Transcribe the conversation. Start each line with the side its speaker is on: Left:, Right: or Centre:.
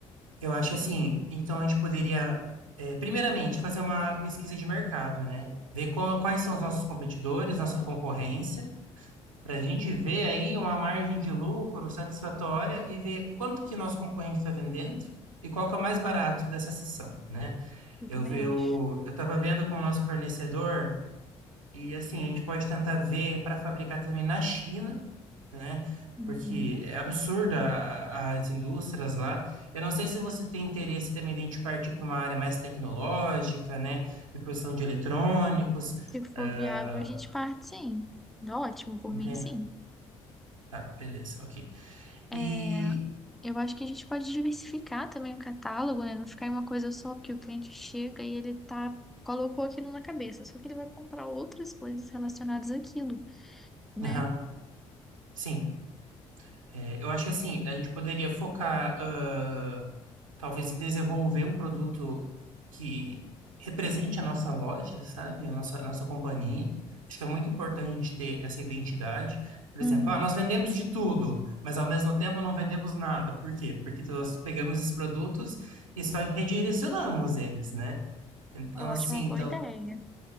Right: Eu acho assim, então a gente poderia é, primeiramente, fazer uma pesquisa de mercado, né? Ver qual- quais são os nossos competidores, nossa concorrência, para a gente
Centre: É,
Right: ver aí uma margem de lucro satisfatória e ver quanto que nosso concorrente está vendendo e qual que é o mais barato dessa sessão, né?
Centre: eu
Right: Eu
Centre: também
Right: eu
Centre: acho.
Right: eu estava vendo com o nosso fornecedor e assim a gente pode tentar ver para fabricar também na China, né?
Centre: Uhum.
Right: Porque é absurda a- a- as indústrias lá. Eu não sei se você tem interesse também de a gente partir para uma área mais tecnológica, né? De produção de eletrônicos.
Centre: Se for
Right: ah,
Centre: viável, a gente parte sim. Tá Ótimo, por
Right: né?
Centre: mim, sim.
Right: Tá, beleza, ok.
Centre: É,
Right: E
Centre: eu acho que a gente pode diversificar também o catálogo, né? Não ficar em uma coisa só, porque o cliente chega e ele tá, colocou aquilo na cabeça, só que ele vai comprar outras coisas relacionadas àquilo, né?
Right: Aham, Sim. É, eu acho que assim, a gente poderia focar, ah, talvez, em desenvolver um produto que represente a nossa loja, sabe? A nossa, nossa companhia. Acho que é muito importante a gente ter essa identidade. Por
Centre: Uhum.
Right: exemplo, ah, nós vendemos de tudo, mas ao mesmo tempo não vendemos nada. Por quê? Porque nós pegamos esses produtos e só redirecionamos eles, né? Então,
Centre: Eu acho
Right: assim,
Centre: uma boa ideia.